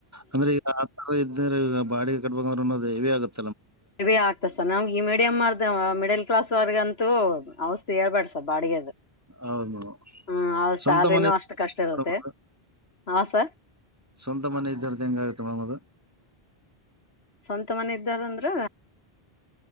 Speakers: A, on the right; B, on the left.
A: ಅಂದ್ರೆ ಈಗ ಆ ತರ ಇದ್ರೆ ಈಗ ಬಾಡಿಗೆ ಕಟ್ಬಂಗಂದ್ರೆ ಅನ್ನೋದು ಹೆವೆ ಆಗುತ್ತೆ
B: ಇವೇ ಆಗ್ತ ಸರ್ ನಂಗಗೆ ಇಮೇ ಮಡಿಯಂ ಮರ್ ಮಿಡಲ್ ಕ್ಲಾಸ್ ವರ್ಗಂತೂ ಔಷಿ ಹೇಳ್ಬೇಡ ಸ ಬಾಡಿಗೆದ
A: ಹೌದು ಮೇಡಮ್
B: ಹ್ಮ ಅವ
A: ಸ್ವಂತ
B: ಸ್ಯಾಲ್ರಿಿನೂ
A: ಮನೆ ಇತ್ತು
B: ಅಷ್ಟ ಕಷ್ಟ ಇರುತ್ತೆ
A: ಅದು.
B: ಹ ಸರ್
A: ಸ್ವಂತ ಮನೆ ಇದ್ದಾರ್ದು ಹೆಂಗ ಆಗುತ್ತೆ ಮೇಡಮದು
B: ಸ್ವಂತ ಮನೆ ಇದ್ದಾರಂದ್ರ